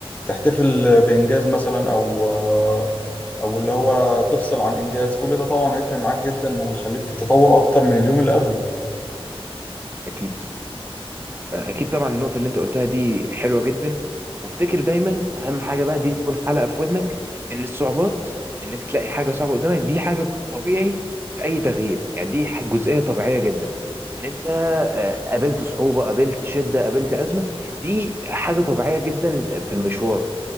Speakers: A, on the left; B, on the right.
A: تحتفل بانجاز مثلا او آه، او اللي هو تفصل عن انجاز كل ده طبعا هيفرق معاك جدا ويخليك في تطور اكتر من اليوم اللي قبله
B: اكيد اكيد طبعا النقطه اللي انت قلتها دي حلوه جدا وافتكر دايما اهم حاجه بقى دي تكون حلقه في ودنك ان الصعوبات ان انت تلاقي حاجه صعبه قدامك دي حاجه طبيعي في اي تغيير يعني دي ح- جزئيه طبيعيه جدا ان انت آه، قابلت صعوبه قابلت شده قابلت ازمه دي حاجه طبيعيه جدا في المشوار